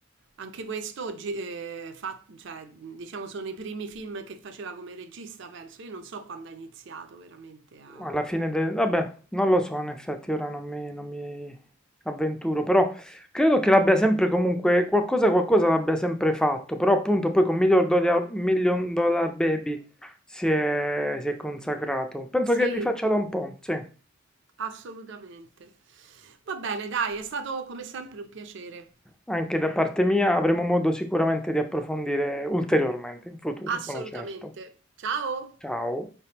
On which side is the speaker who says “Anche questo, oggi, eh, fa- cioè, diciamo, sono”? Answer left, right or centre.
Right